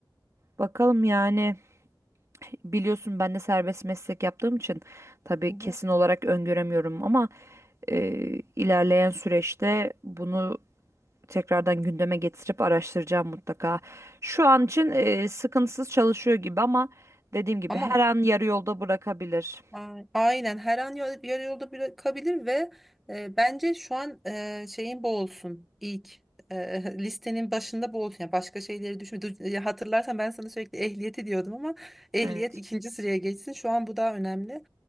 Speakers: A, on the right; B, in the centre.
A: Bakalım yani biliyorsun ben de serbest meslek yaptığım için tabii
B: Hı hı.
A: kesin olarak öngöremiyorum ama e, ilerleyen süreçte bunu tekrardan gündeme getirip araştıracağım mutlaka. Şu an için e, sıkıntısız çalışıyor gibi ama dediğim gibi
B: Ama
A: her an yarı yolda bırakabilir.
B: A- Aynen her an ya- yarı yolda bırakabilir ve e, bence şu an e, şeyin bu olsun ilk e, <laughs> listenin başında bu olsun. Yani başka şeyleri düşün. Du- ya Hatırlarsan ben sana sürekli ehliyeti diyordum ama ehliyet
A: Evet.
B: ikinci sıraya geçsin. Şu an bu daha önemli.